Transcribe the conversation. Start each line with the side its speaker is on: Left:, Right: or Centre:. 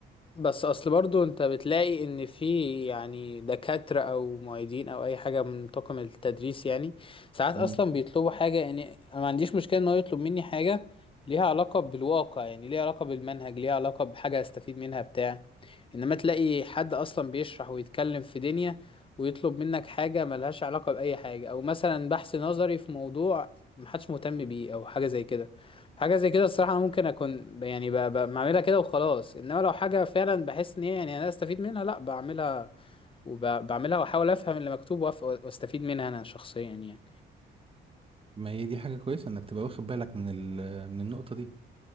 Left: بس اصل برضو انت بتلاقي ان في يعني دكاترة او معيدين او اي حاجة من طاقم التدريس يعني ساعات
Right: مم.
Left: اصلا بيطلبوا حاجة يعني انا ما عنديش مشكلة ان هو يطلب مني حاجة ليها علاقة بالواقع يعني ليها علاقة بالمنهج ليها علاقة بحاجة استفيد منها بتاع انما تلاقي حد اصلا بيشرح ويتكلم في دنيا ويطلب منك حاجة ملهاش علاقة بأي حاجة او مثلا بحث نظري في موضوع محدش مهتم بيه او حاجة زي كده حاجه زي كده الصراحه انا ممكن اكون ب- يعني ب- ب- بعملها كده وخلاص انما لو حاجه فعلا بحس ان هي يعني انا استفيد منها لا بعملها وبعملها واحاول افهم اللي مكتوب وأف- واستفيد منها انا شخصيا يعني
Right: ما هي دي حاجة كويسة انك تبقى واخد بالك من ال- من النقطة دي